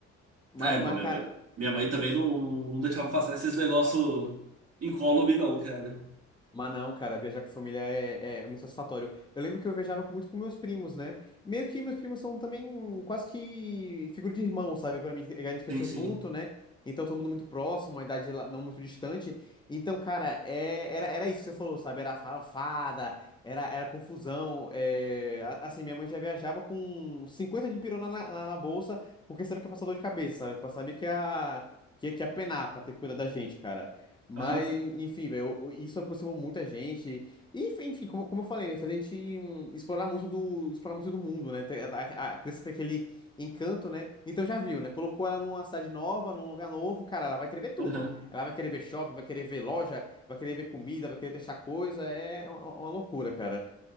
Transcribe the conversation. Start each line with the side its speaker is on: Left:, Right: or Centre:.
Left: Mas,
Right: É,
Left: mas,
Right: não, minha,
Left: cara,
Right: minha, minha mãe também não, não deixava passar esses negócios incólume, não, cara.
Left: Mas não, cara, viajar com família é, é muito satisfatório. Eu lembro que eu viajava com- muito com meus primos, né? Meio que meus primos são também quase que figura de irmão, sabe? Pra mim, a gente cresceu
Right: Sim, sim.
Left: junto, né? Então, todo mundo muito próximo, uma idade lá- não muito distante. Então, cara, é- era, era isso que você falou, sabe? Era farofada, era, era confusão. é, a- Assim, minha mãe já viajava com 50 de pirona na, na- na bolsa, porque sabia que ia passar dor de cabeça, sabe? Pra- Sabia que ia, que ia, que ia penar pra ter que cuidar da gente, cara. Mas,
Right: Aham,
Left: enfim, velho, isso aproximou muita gente. E, enfim, enfim, como, como eu falei, né? Fez a gente hum, explorar muito do, explorar muito do mundo, né? Tem- A, a- a criança tem aquele encanto, né? Então já viu, né? Colocou ela numa cidade nova, num lugar novo, cara, ela vai querer ver tudo.
Right: aham.
Left: Ela vai querer ver shopping, vai querer ver loja, vai querer ver comida, vai querer testar coisa. É é uma, uma loucura, cara.